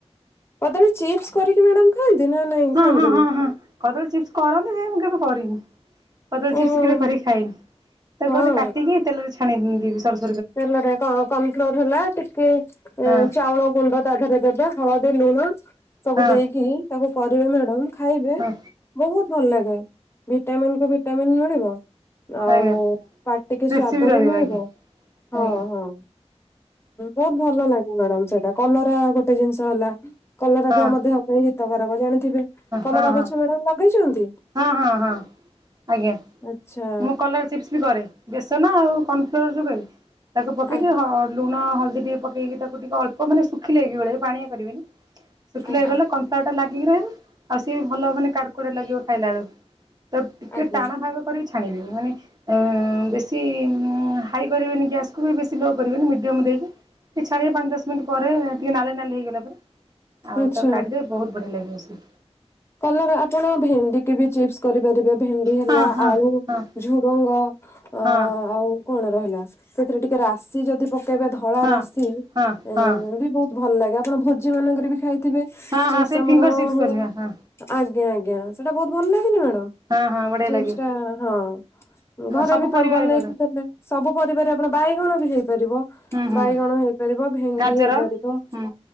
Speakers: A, on the left; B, on the right.
A: କଦଳୀ ଚିପସ କରିକି ମ୍ୟାଡ଼ାମ ଖାଆନ୍ତି ନା ନାଇଁ
B: ହଁ
A: ଖାଆନ୍ତିନି।
B: ହଁ ହଁ ହଁ କଦଳୀ ଚିପ୍ସ କରନ୍ତି କରନ୍ତି ଯେ ମୁଁ କେବେ କରିନି। କଦଳୀ ଚିପ୍ସ
A: ଓହୋ
B: କେବେ କରିିକି ଖାଇନି ତାକୁ
A: ହଁ
B: କୁହନ୍ତି କାଟିକି ତେଲରେ ଛାଣିି ଦେବି ସରୁ ସ୍
A: ତେଲରେ କଁ କର୍ଣଫ୍ଲୋର ହେଲା ଟିକେ ଉଁ
B: ହଁ
A: ଚାଉଳ ଗୁଣ୍ଡ। ତା ଧିଏରେ ଦେବେ ହଳଦୀ ଲୁଣ ସବୁ
B: ହଁ
A: ଦେଇକି ତାକୁ କରିବେ ମ୍ୟାଡମ ଖାଇବେ।
B: ହଁ
A: ବହୁତ ଭଲ ଲାଗେ ଭିଟାମିନ୍ କୁ ଭିଟାମିନ୍ ମିଳିବ। ଆଉ
B: ଆଜ୍ଞା।
A: ପାଟିକି
B: କ୍ରିସ୍ପି
A: ସ୍ଵାଦ
B: ରହିବ
A: ବି ମିଳିବ
B: ଆଜ୍ଞା
A: ହଁ
B: ଆଜ୍ଞା
A: ହଁ। ବହୁତ ଭଲ ଲାଗେ ମ୍ୟାଡାମ ସେଇଟା କଲରା ଗୋଟେ ଜିନିଷ ହେଲା କଲରା
B: ହଁ
A: ବି ଆମ ଦେହ। ହିତକାରକ ଜାଣିଥିବେ। କଲରା
B: ହଁ ହଁ ହଁ।
A: ଗଛ ମ୍ୟାଡ଼ାମ ଲଗେଇଛନ୍ତି।
B: ହଁ ହଁ ହଁ ଆଜ୍ଞା
A: ଆଚ୍ଛା
B: ମୁଁ କଲରା। ଚିପ୍ସ ବି କରେ ବେସନ ଆଉ କର୍ଣଫ୍ଲୋର ଯୋଉ କହିଲି ତାକୁ ପକେଇକି
A: ଆଜ୍ଞା
B: ହ ଲୁଣ ହଳଦୀ ଟିକେ ପକେଇକି ତାକୁ ଟିକେ ଅଳ୍ପ ମାନେ ଶୁଖିଲା କି ଗୋଳିବେ ପାଣିଆ କରିବେନି। ଶୁଖିଲା
A: ଆଜ୍ଞା
B: ହେଇଗଲେ କର୍ନଫ୍ଲୋରଟା ଲାଗିକି ରହିବ। ଆଉ ସିଏ ବି ଭଲ ମାନେ କାଡୁ କୁଡେ ଲାଗିବ ଖାଇଲା ବେଳକୁ। ତାକୁ ଟିକେ
A: ଆଜ୍ଞା
B: ଟାଣ ଭାଗ କରିିକି ଛାଣିବେ ମାନେ। ଏଁ ବେଶୀ ହାଇ କରିବେନି ଗ୍ୟାସକୁ ବି ବେଶୀ ଲୋ କରିବେନି ମିଡିୟମ ଦେଇକି। ଟିକେ ଛାଡିବେ ପାଞ୍ଚ ଦଶ ମିନିଟ୍ ପରେ ଟିକେ ନାଲି ନାଲି ହେଇଗଲା ପରେ। ଆଉ
A: ଆଚ୍ଛା।
B: ତାକୁ କାଢିଦେବେ ବହୁତ ବଢିଆ ଲାଗିବ ସେ।
A: କଲରା ଆପଣ ଭେଣ୍ଡି କି ବି ଚିପ୍ସ୍ କରିପାରିବେ। ଏବେ ଭେଣ୍ଡି ହେଲା
B: ହଁ ହଁ
A: ଆଳୁ
B: ହଁ
A: ଝୁଡଙ୍ଗ ଅ
B: ହଁ ହଁ।
A: ଆଉ। କଣ ରହିଲା ସେଥିରେ ଟିକେ ରାଶି ଯଦି ପକେଇବେ ଧଳା
B: ହଁ
A: ରାଶି ଏ
B: ହଁ
A: ବି ବହୁତ। ଭଲ୍ ଲାଗେ ଆପଣ ଭୋଜି ମାନଙ୍କରେ ବି ଖାଇଥିବେ
B: ହଁ ହଁ
A: ଚିପ୍ସ୍
B: ସେ
A: ଆମର
B: ଫିଙ୍ଗର ଚିପ୍ସ
A: ହୁଏ।
B: କରିବେ ହଁ
A: ଆଜ୍ଞା ଆଜ୍ଞା ସେଟା ବହୁତ ଭଲ୍ ଲାଗେନି ମଡାମ୍
B: ହଁ ହଁ ବଢ଼ିଆ
A: ସିପ୍ସ
B: ଲାଗିବ।
A: ଟା ହଁ। ଘରେ
B: ସବୁ
A: ବି ତ
B: ପରିବା
A: ବନେଇକି
B: ପଡ଼େ
A: ଦେଲେ ସବୁ ପରିବାର ଆପଣ ବାଇଗଣ ରେ ବି ହେଇପାରିବ।
B: ହୁଁ ହୁଁ
A: ବାଇଗଣ ହେଇପାରିବ ଭେଣ୍ଡି
B: ଗାଜର
A: ହେଇପାରିବ।
B: ହୁଁ